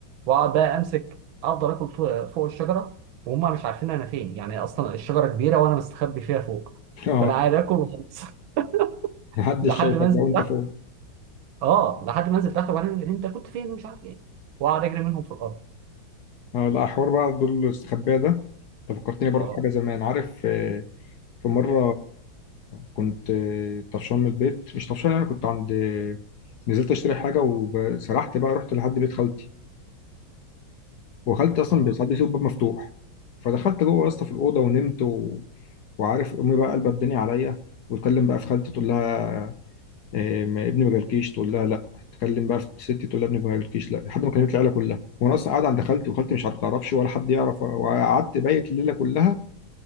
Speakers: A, on the right; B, on the left.
A: واقعد بقى امسك افضل اكل فوق فوق الشجره وهم مش عارفين انا فين يعني اصلا الشجره كبيره وانا مستخبي فيها فوق
B: اه
A: فانا قاعد اكل وخلاص <laughs>
B: محدش
A: لحد
B: شايفك
A: ما انزل
B: بقى وانت فوق
A: اه لحد ما نزلت اخر وبعدين انت كنت فين ومش عارف ايه وقعد اجري منهم في الارض
B: اه لا حوار بقى دول الاستخباء ده انت فكرتني برضه
A: اه
B: في حاجه زمان عارف آه، في مرة كنت طفشان من البيت مش طفشان أنا كنت عند نزلت أشتري حاجة وسرحت بقى رحت لحد بيت خالتي وخالتي أصلا
A: اه
B: ساعات بيسيب الباب مفتوح فدخلت جوه يا اسطى في الأوضة ونمت و... وعارف أمي بقى قلبت الدنيا عليا وتكلم بقى في خالتي تقول لها إيه ما ابني ما جالكيش تقول لها لا تكلم بقى في ستي تقول لها ابني ما جالكيش لا لحد ما كلمت العيلة كلها وأنا أصلا قاعد عند خالتي وخالتي مش هتعرفش ولا حد يعرف وقعدت بايت الليلة كلها